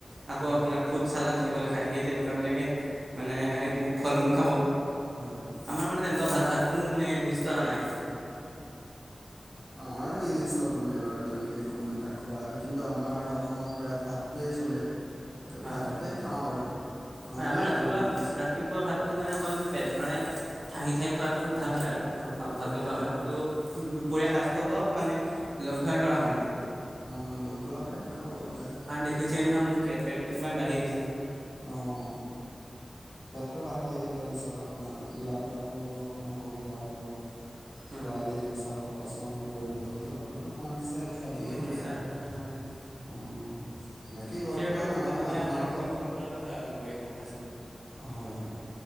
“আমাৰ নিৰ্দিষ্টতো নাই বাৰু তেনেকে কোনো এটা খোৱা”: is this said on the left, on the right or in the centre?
Left